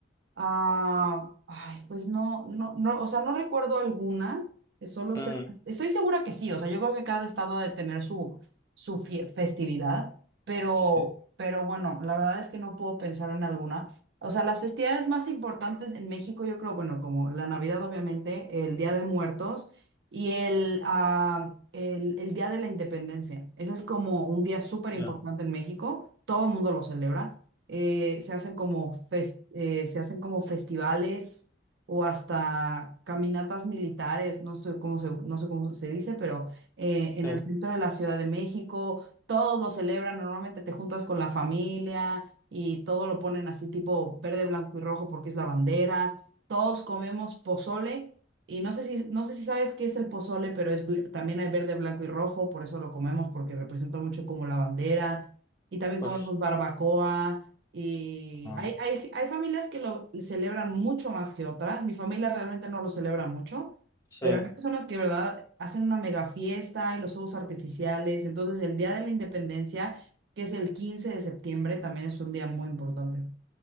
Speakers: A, on the right; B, on the left.
A: Ah, ay, pues no, no, no, o sea, no recuerdo alguna, que solo
B: Mm,
A: sea, estoy segura que sí, o sea, yo creo que cada estado ha de tener su, su fie- festividad, pero,
B: sí,
A: pero bueno, la verdad es que no puedo pensar en alguna. O sea, las festividades más importantes en México, yo creo, bueno, como la Navidad, obviamente, el Día de Muertos y el, ah, el, el Día de la Independencia. Ese es como un día súper
B: ya.
A: importante en México, todo el mundo lo celebra eh, se hacen como fes- eh, se hacen como festivales o hasta caminatas militares, no sé cómo se, no sé cómo se dice, pero eh,
B: Sí,
A: en el centro de la Ciudad de México, todos lo celebran, normalmente te juntas con la familia y todo lo ponen así tipo verde, blanco y rojo porque es la bandera, todos comemos pozole. Y no sé si, no sé si sabes qué es el pozole, pero es, bl- también hay verde, blanco y rojo, por eso lo comemos, porque representa mucho como la bandera. Y también
B: pues,
A: comemos barbacoa, y
B: ah,
A: hay, hay, hay familias que lo celebran mucho más que otras. Mi familia realmente no lo celebra mucho,
B: sí.
A: pero hay personas que, verdad, hacen una mega fiesta y los fuegos artificiales. Entonces, el Día de la Independencia, que es el 15 de septiembre, también es un día muy importante.